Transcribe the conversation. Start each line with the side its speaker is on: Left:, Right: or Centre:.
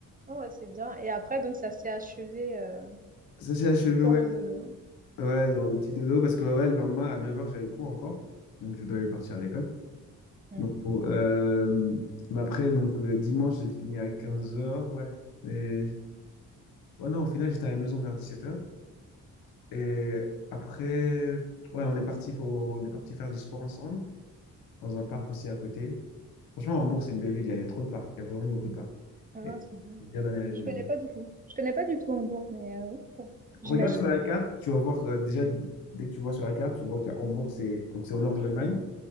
Right: Ouais, ouais, c'est bien. Et après, donc, ça s'est achevé euh,
Left: Ça s'est achevé,
Right: sur
Left: ouais.
Right: le dodo.
Left: Ouais, dans le petit dodo, parce que ouais, ouais, le lendemain, à 9h, j'avais cours encore. Donc, je devais partir à l'école.
Right: Mm.
Left: Donc, bon, euh, mais après, donc, euh, dimanche, j'ai fini à 15h, ouais. Mais, ouais, non, au final, j'étais à la maison vers 17h. Et après, ouais, on est parti, faut- on est parti faire du sport ensemble. dans un parc aussi à côté. Franchement, Hambourg, c'est une belle ville, il y a, il y a trop de parcs, il y a vraiment beaucoup de parcs.
Right: Ouais,
Left: Et
Right: non, c'est bien.
Left: c'est bien aménagé.
Right: Je connais
Left: Donc,
Right: pas du tout. Je connais pas du tout Hambourg, mais euh, oui, bon, j'imagine.
Left: regarde sur la carte, tu vas voir que euh, déjà, dès que tu vois sur la carte, tu vois que Hambourg, c'est donc c'est au nord de l'Allemagne.